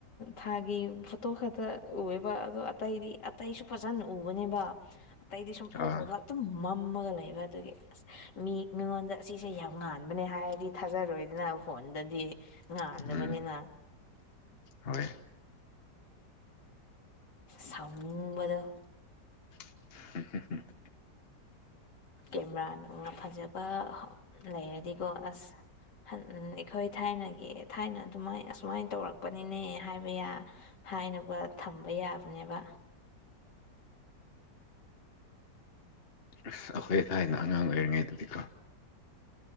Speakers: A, on the left; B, on the left.
A: ꯊꯥꯒꯤ ꯐꯣꯇꯣ ꯈꯛꯇ ꯎꯑꯦꯕ ꯑꯗꯣ ꯑꯇꯩꯗꯤ ꯑꯇꯩꯁꯨ ꯐꯖꯅ ꯎꯕꯅꯦꯕ
B: <unintelligible> <inaudible>
A: ꯑꯇꯩꯗꯤ ꯁꯨꯝ ꯎꯕ
B: ꯑꯥ
A: ꯑꯗꯨꯝ ꯃꯝꯃꯒ ꯂꯩꯕ ꯑꯗꯨꯒꯤ ꯑꯁ ꯃꯤ ꯃꯤꯉꯣꯟꯗ ꯁꯤꯁꯦ ꯌꯥꯝ ꯉꯥꯟꯕꯅꯦ ꯍꯥꯏꯔꯗꯤ ꯊꯥꯖꯔꯣꯏꯗꯅ ꯐꯣꯟꯗꯗꯤ ꯉꯥꯟꯗꯕꯅꯤꯅ
B: ꯎꯝ ꯍꯣꯏ
A: ꯁꯥꯎꯅꯤꯡꯕꯗꯣ
B: <unintelligible>
A: ꯀꯦꯃꯦꯔꯥ ꯅꯨꯡꯅ ꯐꯖꯕ ꯂꯩꯔꯗꯤꯀꯣ ꯑꯁ ꯑꯩꯈꯣꯏ ꯊꯥꯏꯅꯒꯤ ꯊꯥꯏꯅ ꯑꯗꯨꯃꯥꯏ ꯑꯁꯨꯃꯥꯏꯅ ꯇꯧꯔꯛꯄꯅꯤꯅꯦ ꯍꯥꯏꯕ ꯌꯥ ꯍꯥꯏꯅꯕ ꯊꯝꯕ ꯌꯥꯕꯅꯦꯕ
B: ꯑꯁ ꯑꯩꯈꯣꯏ ꯊꯥꯏꯅ ꯑꯉꯥꯡ ꯑꯣꯏꯔꯤꯉꯩ ꯗꯗꯤꯀꯣ